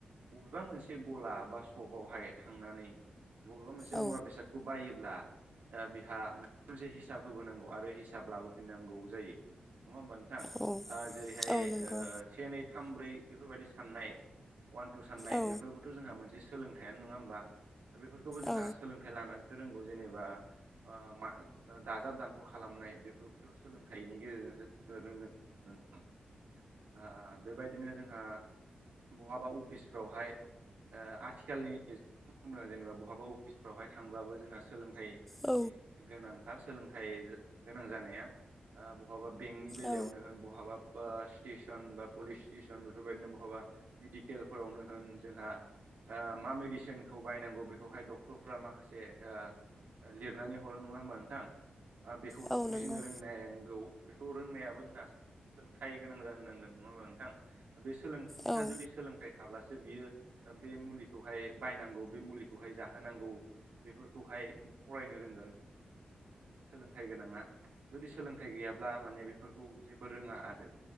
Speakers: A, on the right; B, in the centre.
A: अबेबा मोनसे गला बा सपआवहाय थांनानै बबेबा मोनसे
B: औ
A: मुवा बेसाद खौ बायोब्ला ओ बिहा मोनसे हिसाब होबोनांगौ आरो हिसाब लाबोफिननांगौ जायो। नङा ओमबा नोंथां
B: औ
A: जेरैहाय
B: औ नंगौ
A: ओ से नै थाम ब्रै बेफोरबायदि साननाय अवान टु साननाय
B: औ
A: बेफोरबो थ' जोंहा मोनसे सोलोंथाइयानो नङा होमबा बेफोरखौबो जोंहा
B: औ
A: सोलोंथाइ लानानैसो रोंगौ जेनेबा ओ मा दाजाब दानख' खालामनाय बेफोरथ' सोलोंथाइनि गेजेरजोंसो रोङो ओ बेबायदिनो जों ओ बहाबा अफिसफ्रावहाय ओ आथिखालनि बुंनो जेनेबा बहाबा अफिसफ्रावहाय थांब्लाबो जोंहा सोलोंथाइ
B: औ
A: गोनांथार सोलोंथाइ गोनां जानाया ओ बहाबा बेंकनि बेलायावनो
B: औ
A: होन बहाबा स्टेसन बा पुलिस स्टेसन बेफोरबायदिनो बहाबा मेडिकेलफोरावनो होन जोंहा ओ मा मेडिसिनखौ बायनांगौ बेखौहाय ड क्टर फोरा माखासे ओ लिरनानै हरो नङा होमबा नोंथां? ओ बेखौ
B: औ
A: बुजिनो
B: नंगौ
A: रोंनांगौ। बेखौ रोंनायाबो जोंहा सोलोंथाइ गोनां जानो नांगोन नङा ओममबा नोंथां दा बे सोलों बिहा
B: औ औ
A: जुदि सोलोंथाइ थाब्लासो बियो बे मुलिखौहाय बायनांगौ बे मुलिखौहाय जाहोनांगौ बेफोरखौहाय फरायनो रोंगोन सोलोंथाइ गोनाङा जुदि सोलोंथाइ गैया ब्ला माने बेफोरखौ जेबो रोङा आरो